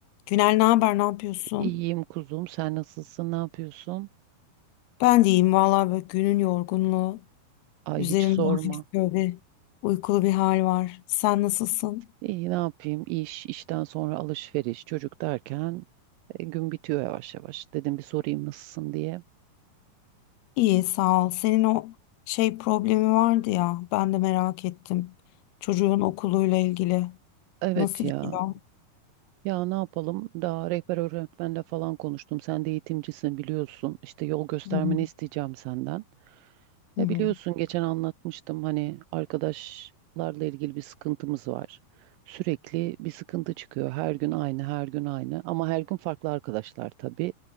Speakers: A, on the left; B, on the right.
A: Günel ne haber, ne yapıyorsun?
B: İyiyim kuzum. Sen nasılsın? Ne yapıyorsun?
A: Ben de iyiyim vallahi böyle günün yorgunluğu.
B: Ay
A: Üzerimde
B: hiç sorma.
A: <laughs> hafif böyle uykulu bir hal var. Sen nasılsın?
B: İyi ne yapayım? İş, işten sonra alışveriş, çocuk derken e, gün bitiyor yavaş yavaş. Dedim bir sorayım nasılsın diye.
A: İyi sağ ol. Senin o şey problemi vardı ya ben de merak ettim. Çocuğun okuluyla ilgili.
B: Evet
A: Nasıl
B: ya.
A: gidiyor?
B: Ya ne yapalım? Daha rehber öğretmenle falan konuştum. Sen de eğitimcisin biliyorsun. İşte yol göstermeni
A: Hı hı.
B: isteyeceğim senden.
A: Hı
B: Ya
A: hı.
B: biliyorsun geçen anlatmıştım hani arkadaşlarla ilgili bir sıkıntımız var. Sürekli bir sıkıntı çıkıyor. Her gün aynı, her gün aynı. Ama her gün farklı arkadaşlar tabii.